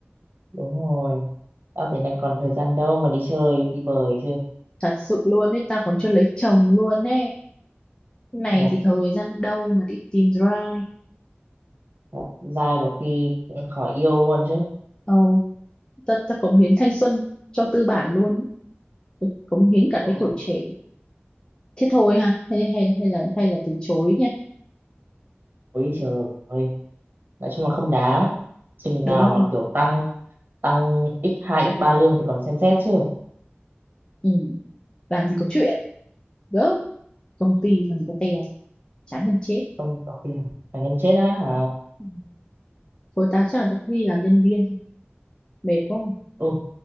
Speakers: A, on the right (about 50°); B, on the left (about 20°).
A: đúng rồi tao thế này còn thời gian đâu mà đi chơi đi bời chứ
B: thật sự luôn ấy ta còn chưa lấy chồng luôn ấy này
A: thật
B: thì thời gian đâu mà đi tìm ra
A: thật dai có khi cũng khỏi yêu luôn chứ
B: Ồ, ta, ta cống hiến thanh xuân cho tư bản luôn cống hiến cả
A: Ôi
B: cái tuổi trẻ thế thôi ha hay hay hay là hay là từ chối nha
A: ôi trời ơi nói chung là không đáng chừng
B: đúng
A: nào
B: không
A: mà kiểu tăng tăng x hai x ba lương thì còn xem xét chứ
B: ừ. làm gì có chuyện gớm công ty làm gì có tè chán gần chết
A: không có tiền phải gần chết á hả
B: ừ. thôi tao chắc là tao đi làm nhân viên thôi mệt quá
A: ừ